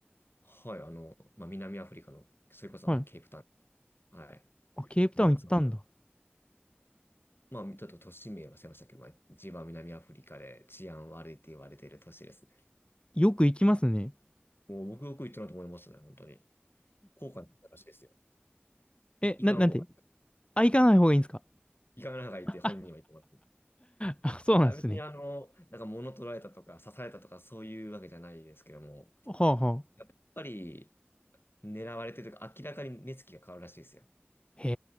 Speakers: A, on the left; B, on the left.
A: はい、あの、まあ、南アフリカの、それこそあの、
B: はい。
A: ケープタウン。はい。
B: あ、ケープタウン行ったんだ。
A: ものすごくまあ、ちょっと都市名は忘れましたけど、まあ、一番南アフリカで治安悪いって言われている都市ですね。
B: よく行きますね。
A: もう僕よく言ったなと思いましたね、本当に。後悔の話ですよ。い、
B: え、
A: いかん方がいい。
B: な、なんてあ、行かない方がいいんですか
A: いかん方がいいって本人は言ってもらって。
B: <laughs>
A: い
B: あ、そうなんですね。
A: や別にあの、なんか物取られたとか刺されたとかそういうわけじゃないですけども、
B: はあはあ。
A: やっぱり狙われてるというか明らかに目つきが変わるらしいですよ。
B: へ